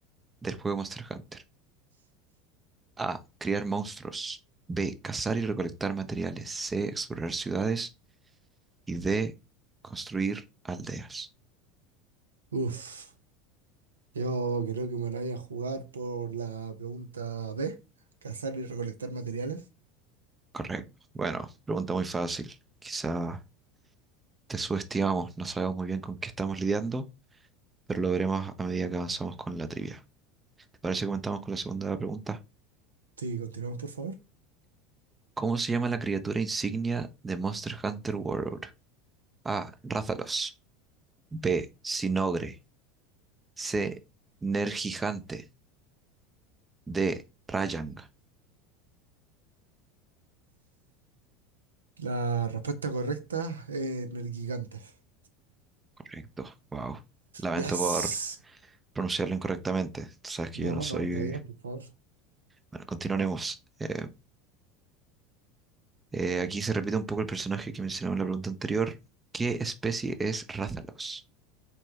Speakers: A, on the right; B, on the right.
A: del juego Monster Hunter? A. Criar monstruos. B. Cazar y recolectar materiales. C. Explorar ciudades. Y D. Construir aldeas.
B: Uf, yo creo que me la voy a jugar por la pregunta B, cazar y recolectar materiales.
A: Correcto. Bueno, pregunta muy fácil. Quizá te subestimamos, no sabemos muy bien con qué estamos lidiando, pero lo veremos a medida que avanzamos con la trivia. ¿Te parece que comenzamos con la segunda pregunta?
B: Sí, continuamos, por favor.
A: ¿Cómo se llama la criatura insignia de Monster Hunter World? A. Rathalos. B. Sinogre. C. Nergigante. D. Rayang.
B: La respuesta correcta es Nergigantes.
A: Correcto. Wow. Lamento
B: Yes.
A: por pronunciarlo incorrectamente. Tú sabes que
B: No,
A: yo no soy...
B: no, está bien, por favor.
A: Bueno, continuaremos. Eh, eh, aquí se repite un poco el personaje que mencionaba en la pregunta anterior. ¿Qué especie es Rathalos?